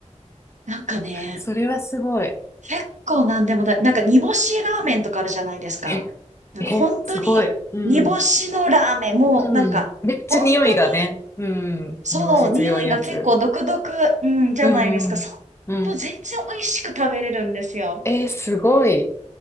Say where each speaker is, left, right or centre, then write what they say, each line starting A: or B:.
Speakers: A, on the right (about 75°); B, on the left (about 20°).
A: なんかね、
B: それはすごい。
A: 結構なんでもだ、なんか煮干しラーメンとかあるじゃないですか。
B: え、
A: なんか本当に煮干しのラーメン、
B: え、すごい。うん、
A: もうなんか本当に
B: うん。めっちゃ匂いがね。うん。
A: そう、
B: 煮干し強いやつ。
A: 匂いが結構独特、うん、じゃないですか。
B: うん、
A: そう、
B: うん、
A: もう全然美味しく食べれるんですよ。
B: えー、すごい。